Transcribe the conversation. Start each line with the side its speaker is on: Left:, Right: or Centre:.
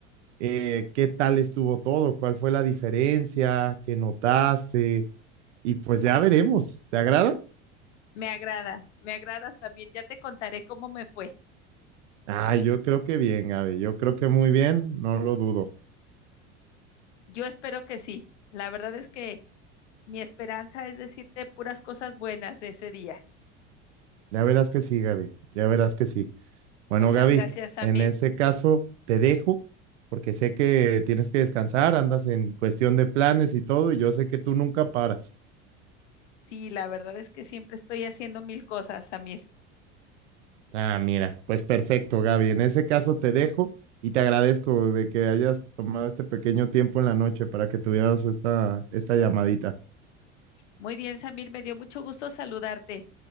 Right: eh, qué tal estuvo todo, cuál fue la diferencia, qué notaste, y pues ya veremos. ¿Te agrada?
Left: Me agrada, me agrada, Samir. Ya te contaré cómo me fue.
Right: Ah, yo creo que bien, Gaby, yo creo que muy bien, no lo dudo.
Left: Yo espero que sí. La verdad es que mi esperanza es decirte puras cosas buenas de ese día.
Right: Ya verás que sí, Gaby, ya verás que sí. Bueno,
Left: Muchas
Right: Gaby,
Left: gracias, Samir.
Right: en ese caso te dejo porque sé que tienes que descansar, andas en cuestión de planes y todo, y yo sé que tú nunca paras.
Left: Sí, la verdad es que siempre estoy haciendo mil cosas, Samir.
Right: Ah, mira, pues perfecto, Gaby. En ese caso te dejo y te agradezco de que hayas tomado este pequeño tiempo en la noche para que tuviéramos esta, esta llamadita.
Left: Muy bien, Samir, me dio mucho gusto saludarte.